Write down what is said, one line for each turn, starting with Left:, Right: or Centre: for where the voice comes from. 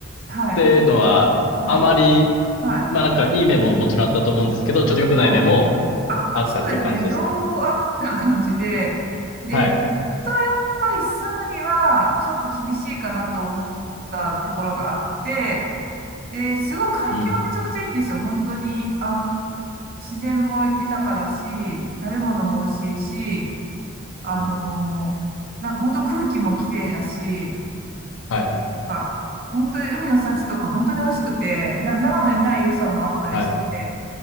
Right: はい、
Left: ていうのは、
Right: はい、
Left: あまり、
Right: はい、
Left: まあなんかいい面ももちろんあったと思うんですけど、ちょっと良くない面も
Right: はい。あ、
Left: あったっていう感じですか。
Right: そうですね。両方あった感じで、で、
Left: はい。
Right: ずっとやっぱり住むには、ちょっと厳しいかなと思ったところがあって、で、すごい環境はめちゃくちゃいいんですよ。
Left: うん、
Right: 本当に、あの、自然も豊かだし、食べ物も美味しいし、あの、
Left: うん。
Right: なんか本当空気も綺麗だし、
Left: はい、
Right: なんか本当に海の幸とか本当に美味しくて、な長野にない良さもあったりして、
Left: はい、